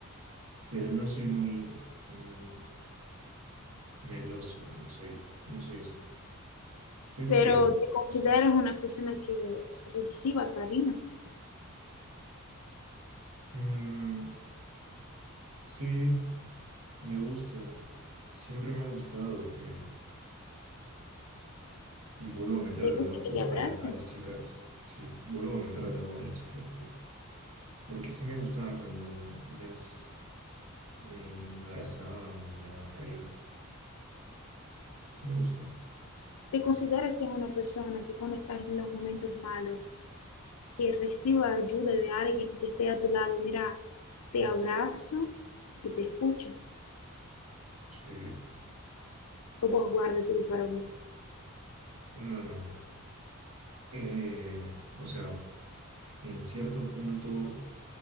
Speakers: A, on the right; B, on the left.
A: pero no soy muy mm, meloso, no soy, no soy así, soy
B: Pero
A: frío.
B: te consideras una persona que reciba cariño,
A: Mm, sí, me gusta, siempre me ha gustado que vuelvo a meter
B: te
A: de
B: gusta
A: nuevo
B: que te abracen,
A: a, la- a las chicas, sí, vuelvo a meter de nuevo a las chicas, eh, porque sí me gustaba cuando ellas eh, me abrazaban o me daban cariño, sí me gusta,
B: te consideras ser una persona que cuando estás en los momentos malos, que reciba ayuda de alguien que esté a tu lado, mira, te abrazo y te escucho,
A: sí,
B: o vos guarda todo para vos.
A: no, no. Eh, o sea, En cierto punto,